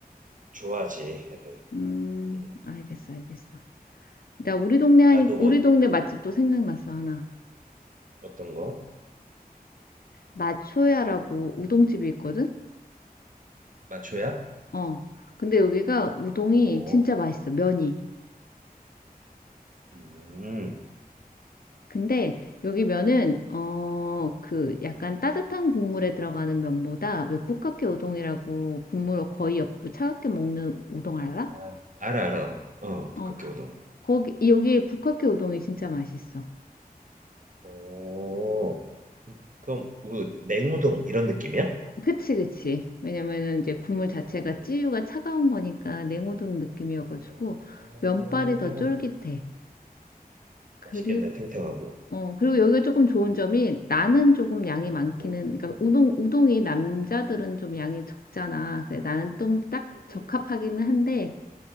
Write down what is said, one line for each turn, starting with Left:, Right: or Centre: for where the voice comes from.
Right: 좋아하지 애들.
Left: 음,
Right: 음,
Left: 알겠어, 알겠어. 나 우리 동네 하니,
Right: 나도 뭐
Left: 우리 동네 맛집도 생각났어, 하나.
Right: 어떤 거
Left: 마초야라고 우동집이 있거든?
Right: 맞춰야?
Left: 어, 근데 여기가 우동이
Right: 어,
Left: 진짜 맛있어, 면이.
Right: 음.
Left: 근데 여기 면은 어 그 약간
Right: 음.
Left: 따뜻한 국물에 들어가는 면보다 왜 북각개 우동이라고 국물 거의 없고 차갑게 먹는 우동 알아?
Right: 아 알아, 알아. 어, 북학교우동.
Left: 어 거기 여기 북각개 우동이 진짜 맛있어.
Right: 오, 그럼 그 냉우동 이런 느낌이야?
Left: 그치 그치. 왜냐면은 이제 국물 자체가
Right: 음,
Left: 찌유가 차가운 거니까 냉우동 느낌이어가지고
Right: 어,
Left: 면발이 더 쫄깃해. 그리고
Right: 맛있겠네, 탱탱하고.
Left: 어, 그리고 여기가 조금 좋은 점이
Right: 음,
Left: 나는 조금 양이 많기는,
Right: 어,
Left: 그러니까 우동, 우동이 남자들은 좀 양이 적잖아. 그래, 나는 좀 딱
Right: 음,
Left: 적합하기는
Right: 음,
Left: 한데